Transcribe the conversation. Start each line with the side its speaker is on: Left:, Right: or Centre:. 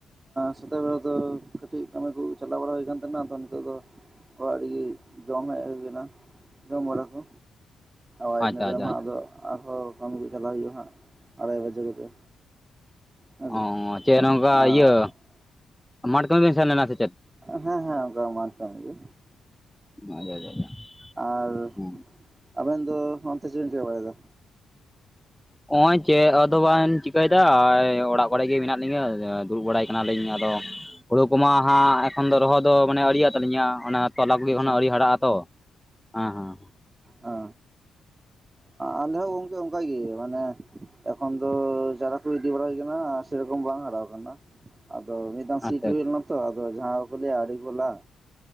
Right: ᱥᱮᱛᱟᱜ ᱵᱮᱲᱟ ᱫᱚ ᱠᱟᱹᱴᱤᱡ ᱠᱟᱹᱢᱤ ᱠᱚ ᱪᱟᱞᱟᱣ ᱵᱟᱲᱟ ᱦᱩᱭ ᱟᱠᱟᱱ ᱛᱟᱦᱮᱱᱟ ᱟᱫᱚ ᱱᱤᱛᱚᱜ ᱫᱚ ᱚᱲᱟᱜ ᱨᱮᱜᱮ ᱡᱚᱢ ᱦᱮᱡ ᱦᱩᱭ ᱠᱟᱱᱟ ᱡᱚᱢ ᱵᱟᱲᱟ ᱠᱚ ᱦᱳᱭ
Centre: ᱟᱪᱪᱷᱟ
Right: ᱤᱱᱟᱹ ᱛᱟᱭᱚᱢ
Centre: ᱟᱪᱪᱷᱟ
Right: ᱦᱟᱸᱜ
Centre: ᱟᱪᱪᱷᱟ
Right: ᱟᱫᱚ ᱟᱨᱦᱚᱸ ᱠᱟᱹᱢᱤ ᱠᱚ ᱪᱟᱞᱟᱜ ᱦᱩᱭᱩᱜᱼᱟ ᱦᱟᱸᱜ ᱟᱲᱟᱭ ᱵᱟᱡᱮ ᱠᱚᱛᱮ ᱦᱮᱸᱥᱮ
Centre: ᱚ ᱪᱮᱫ ᱱᱚᱝᱠᱟ
Right: ᱟᱸ
Centre: ᱤᱭᱟᱹ ᱢᱟᱴ ᱠᱟᱹᱢᱤ ᱵᱮᱱ ᱥᱮᱱ ᱞᱮᱱᱟ ᱥᱮ ᱪᱮᱫ
Right: ᱦᱮᱸ ᱦᱮᱸ ᱟᱫᱚ ᱢᱟᱴ ᱠᱟᱹᱢᱤ ᱜᱮ
Centre: ᱟᱪᱪᱷᱟ ᱟᱪᱪᱷᱟ ᱟᱪᱪᱷᱟ
Right: ᱟᱨ
Centre: ᱦᱩᱸ
Right: ᱟᱵᱮᱱ ᱫᱚ ᱱᱚᱱᱛᱮ ᱪᱮᱫ ᱵᱤᱱ ᱪᱮᱠᱟ ᱵᱟᱲᱟᱭ ᱮᱫᱟ
Centre: ᱚᱸᱭ ᱪᱮ ᱟ ᱟᱫᱚ ᱵᱟᱝ ᱪᱤᱠᱟᱹᱭ ᱫᱟ ᱚᱲᱟᱜ ᱠᱚᱨᱮ ᱜᱮ ᱢᱮᱱᱟᱜ ᱞᱤᱧᱟᱹ ᱟᱨᱠᱤ ᱫᱩᱲᱩᱵ ᱵᱟᱲᱟᱭ ᱠᱟᱱᱟ ᱞᱤᱧ ᱟᱫᱚ ᱦᱩᱲᱩ ᱠᱚᱢᱟ ᱦᱟᱸᱜ ᱮᱠᱷᱚᱱ ᱫᱚ ᱨᱚᱦᱚᱭ ᱫᱚ ᱢᱟᱱᱮ ᱟᱹᱣᱨᱤᱭᱟᱜ ᱛᱟᱹᱞᱤᱧᱟ ᱚᱱᱟ ᱛᱚᱞᱟ ᱠᱚ ᱜᱮ
Right: ᱟᱪᱪᱷᱟ
Centre: ᱚᱱᱟ ᱟᱹᱣᱨᱤ ᱦᱟᱨᱟᱜᱼᱟ ᱛᱚ ᱦᱟᱸ ᱦᱟᱸ
Right: ᱦᱟ ᱟᱞᱮ ᱦᱚᱸ ᱜᱚᱝᱠᱮ ᱚᱱᱠᱟᱜᱮ ᱢᱟᱱᱮ ᱮᱠᱷᱚᱱ ᱫᱚ ᱪᱟᱨᱟ ᱠᱚ ᱜᱤᱰᱤ ᱵᱟᱲᱟ ᱦᱩᱭ ᱟᱠᱟᱱᱟ ᱥᱮᱨᱚᱠᱚᱢ ᱵᱟᱝ ᱦᱟᱨᱟᱣ ᱟᱠᱟᱱᱟ ᱟᱫᱚ ᱢᱤᱫ ᱫᱟᱢ ᱥᱤ
Centre: ᱟᱪᱪᱷᱟ
Right: ᱦᱩᱭ ᱞᱮᱱᱟ ᱛᱚ ᱟᱫᱚ ᱡᱟᱦᱟᱸ ᱠᱚ ᱞᱟᱹᱭ ᱟᱲᱮ ᱠᱚ ᱞᱟᱜ